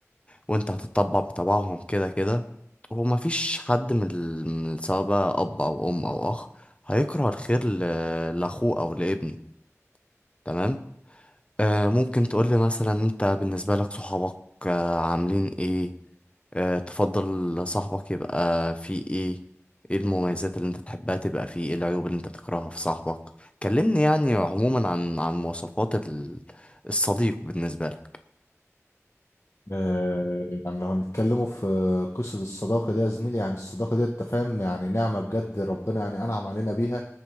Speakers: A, on the left; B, on the left.
A: وانت هتطبع بطبعهم كده كده ومفيش حد من ال- من سواء بقى اب او ام او اخ هيكره الخير ل- لاخوه او لابنه تمام آه ممكن تقولي مثلا انت بالنسبة لك صحابك آه عاملين ايه آه تفضل صاحبك يبقى فيه ايه ايه المميزات اللي انت تحبها تبقى فيه ايه العيوب اللي انت تكرهها في صاحبك كلمني يعني عموما عن عن مواصفات ال- الصديق بالنسبة لك
B: آه، يعني لو هنتكلموا في قصة الصداقة دي يا زميلي يعني الصداقة دي انت فاهم يعني نعمة بجد ربنا يعني أنعم علينا بيها